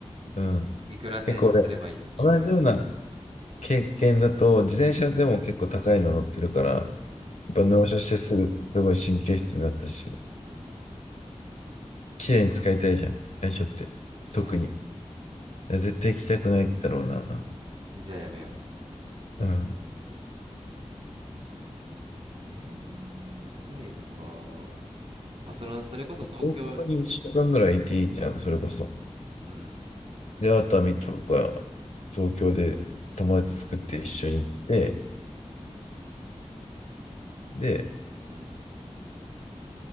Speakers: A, on the left (about 80°); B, on the right (about 60°).
A: う。うん。
B: いくら洗車すればいい、
A: 結構俺、
B: いいとはいえ、
A: 同じような経験だと、自転車でも結構高いの乗ってるから、
B: うん、
A: っぱ納車してすぐ、すごい神経質になったし、
B: うん、
A: 綺麗に使いたいじゃん、最初って。
B: そうね、
A: 特に。絶対行きたくないだろうな。
B: じゃあやめよう。
A: うん。
B: えー、ドライブか。まあ、その、それこそ東京、
A: 本当に1週間ぐらいいていいじゃん、それこそ。
B: うん、
A: で、熱海とか、東京で友達作って一緒に行って、で、
B: うん。